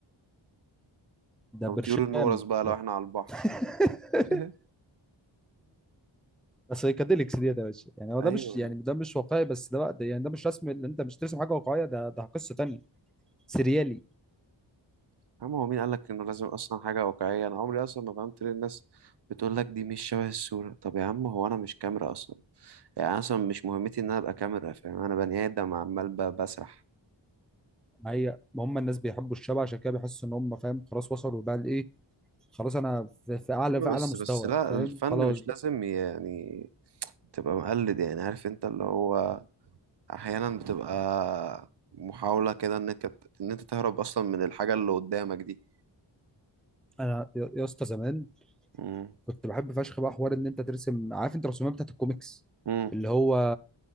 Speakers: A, in the centre; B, on the right.
A: ده
B: أو
A: برشام
B: طيور النورس بقى لو
A: ده
B: إحنا على البحر
A: <laughs>
B: <laughs>
A: سايكاديليكس ديت يا باشا يعني هو
B: أيوه
A: ده مش يعني ده مش واقعي بس ده بقى ده يعني ده مش رسم اللي انت مش ترسم حاجه واقعيه ده ده قصه تانيه سريالي
B: عم هو مين قالك انه لازم اصلا حاجة واقعية انا عمري اصلا ما فهمت ليه الناس بتقول لك دي مش شبه الصورة طب يا عم هو انا مش كاميرا اصلا يعني أنا اصلا مش مهمتي ان انا ابقى كاميرا فاهم انا بني ادم عمال ب- بسرح
A: ما هي ما هم الناس بيحبوا الشبه عشان كده بيحسوا ان هم فاهم خلاص وصلوا بقى لايه خلاص انا في, في اعلى
B: يا
A: في
B: عم
A: اعلى
B: بس
A: مستوى
B: بس لا
A: فاهم
B: الفن
A: خلاص
B: مش
A: بقى
B: لازم يعني تبقى مقلد يعني عارف انت اللي هو احيانا بتبقى محاولة كده ان انت ان انت تهرب اصلا من الحاجة اللي قدامك دي
A: انا يا يا اسطى زمان
B: امم
A: كنت بحب فشخ بقى حوار ان انت ترسم عارف انت الرسومات بتاعت الكوميكس
B: امم
A: اللي هو